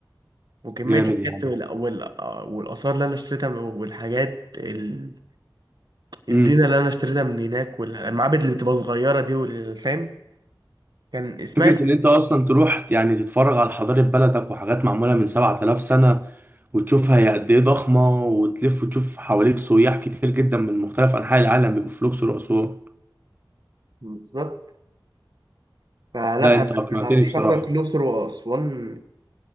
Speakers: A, on the right; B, on the right.
A: وكمية
B: جامد
A: الحاجات
B: يعني
A: وال- وال- آه، والآثار اللي أنا اشتريتها من- والحاجات ال... الزينة
B: امم
A: اللي أنا اشتريتها من هناك والمعابد اللي بتبقى صغيرة دي والفام كان إسماعيل
B: فكرة ان انت اصلا تروح يعني تتفرج على حضارة بلدك وحاجات معمولة من 7000 سنة وتشوفها هي قد ايه ضخمة وتلف وتشوف حواليك سياح كتير جدا من مختلف انحاء العالم بيبقوا في الاقصر واسوان
A: بالظبط فلا
B: لا انت
A: أنا
B: اقنعتني
A: أنا هرشح
B: بصراحة
A: لك الأقصر وأسوان